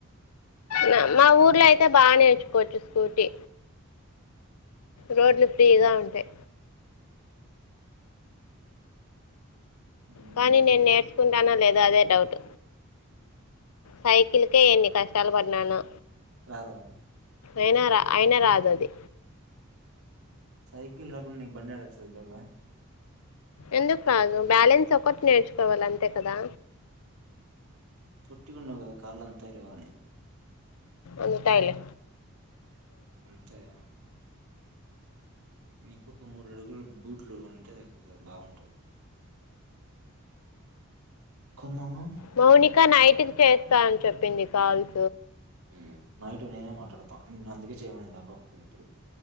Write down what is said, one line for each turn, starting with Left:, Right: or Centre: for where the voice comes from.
Left: నా
Right: ఉమ్.
Left: మా ఊర్లో అయితే బాణే వచ్చిపోచ్చు స్కూటీ రోడ్లు ఫ్రీగా ఉంటాయి
Right: ఉమ్.
Left: కానీ నిన్నే సుకుంటానో లేదో అదే డౌట్ సైకిల్ కే ఎన్ని కష్టాలు పడ్ న్నాను
Right: రాద
Left: అయినా రా అయిన రాదు అది
Right: సైకిల్ రాకుండా నీకు బండి అడచ్చదుంగా
Left: ఎందుకు రాదు బ్యాలెన్స్ ఒకటి నేర్చుకోవాల అంతే కదా
Right: పోట్టి ఉండవు కదా కాళ్ళంతాయో లేవో అని
Left: అందుతయిలే
Right: అంతయ మీకు కొముడ్ నువ్వు గూడ బూట్లు కొంటే సరిపోతాది టే బాగుంటది కొందామా
Left: మౌని ఇంకా నైట్ క చేస్తా అని చెప్పింది పిన్నీ కాల్స్
Right: అ నైటు నేనే మాట్లాడతాను నేను అందుకే చేయమడిందిబ్బా ఇప్పుడు